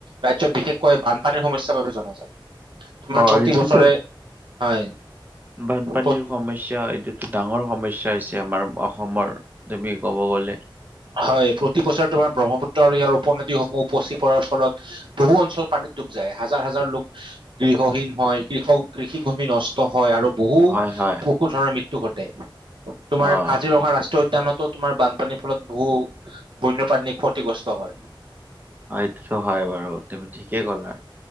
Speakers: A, on the right; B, on the right.
A: ৰাজ্যত বিশেষকৈ বানপানীৰ সমস্যাৰ বাবে জনাজাত। তোমাৰ
B: অ
A: প্ৰতি
B: এইটোতো
A: বছৰে, হয়।
B: বানপানীৰ
A: প্ৰ-
B: সমস্যা এইটোতো ডাঙৰ সমস্যা হৈছে আমাৰ অসমৰ তুমি ক'ব গ'লে।
A: হয়, প্ৰতি বছৰে তোমাৰ ব্ৰহ্মপুত্ৰ আৰু ইয়াৰ উপনদীসমূহ উপচি পৰাৰ ফলত বহু অঞ্চল পানীত ডুব যায়। হাজাৰ ল, হাজাৰ লোক গৃহহীন হয়, কৃষক কৃষিভূমি নষ্ট হয়, আৰু বহু
B: হয় হয়
A: পশু ধৰণৰ মৃত্যু ঘটে। তোমাৰ
B: অ
A: কাজিৰঙা ৰাষ্ট্ৰীয় উদ্যানত তোমাৰ বানপানীৰ ফলত বহু বন্যপ্ৰাণী ক্ষতিগ্ৰস্ত হয়।
B: অ', এইতোতো হয়, বাৰু তুমি ঠিকেই ক'লা।